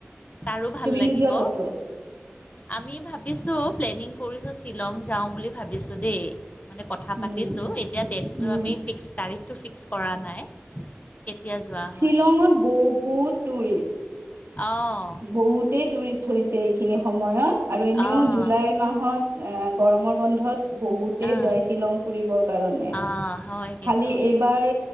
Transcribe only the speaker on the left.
তাৰো ভাল
লাগিব
আমি ভাবিছোঁ প্লেনিং কৰিছোঁ শ্বিলং যাওঁ বুলি ভাবিছোঁ দেই মানে কথা
পাতিছোঁ এতিয়া ডেটটো
আমি ফিক্স তাৰিখটো ফিক্স কৰা নাই কেতিয়া যোৱা
হয়
অঁ
অঁ
অঁ
অঁ হয় কিন্তু